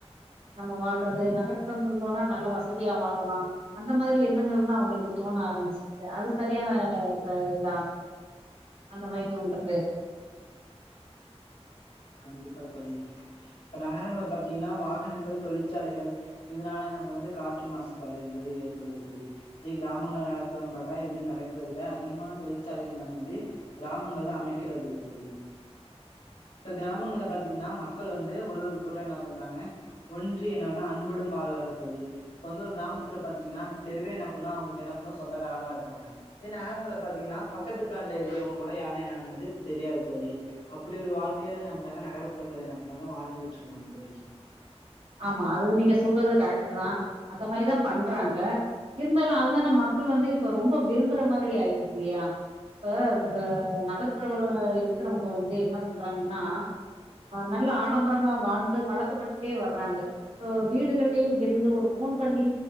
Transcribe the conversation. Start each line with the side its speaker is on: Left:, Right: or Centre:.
Right: நம்ம வாழ்றது நகர்ப்புறங்கள் போனா நல்ல வசதியா வாழலாம் அந்த மாதிரி எண்ணங்கள் எல்லாம் அவங்களுக்கு தோண ஆரம்பிச்சுச்சு அ சரியான ஹா இதா அந்த மாரி தோன்றது
Left: கண்டிப்பா தொழி இப்ப நகரங்களல பாத்தீங்கன்னா வாகனங்கள் தொழிற்சாலைகள் இதனால நம்ம பண்ணது காற்று மாசுபாடு எனிறது ஏற்படுது தொழி இதே கிராமங்கள் நடக்க பட்டா இதுவுமே நடக்கறிறது இல்ல அதிகமான தொழிற்சாலைகள் நம்ம வந்து கிராமங்கள்ல அமைக்கறிறது இல்ல தொழி இப்போ கிராமங்களல பார்த்தீங்கன்னா மக்கள் வந்து ஒரு ஒரு கூற னா பண்றாங்க ஒன்ட்ரியுனான் அன்புடன் வாழ்வார்கள் தொழி இப்போ வந்து ஒரு கிராமத்துல பார்த்தீங்கன்னா அந்த தெருவே என்ன பண்ணு அவங்களுக்கு என்ன பண்ணு சொந்தக்காரங்களா இருப்பாங்க இதே நகரங்களல பார்த்தீங்கன்னா பக்கத்து ப்ளாடல இருக்கவங்க கூட யாரன்ன என்ன பண்ணுது தெரியாது தொழி அப்படி ஒரு வாழ்க கெத்தானநம்படறாங்க நகர்புறங்கள என்ன பண்றாங்க வாழ்ந்துகிட்டு இருக்காங்க தொழி
Right: ஆமா அது நீங்க சொல்றது கரெக்ட் தான் அந்த மாரிதான் பண்றாங்க இருந்தாலும் அதான மக்கள் வந்து இப்ப ரொம்ப விரும்புற மாதிரி ஆயிருது இல்லையா இப்ப நகர்ப்புறவுல இருக்கறவங்க வந்து என்ன பண்றாங்கன்னா நல்ல ஆடம்பரமா வாழ்ந்து பழக்கப்பட்டே வர ராக இப்போ வீடுகள்லயுருந்து ஒரு போன் பண்ணி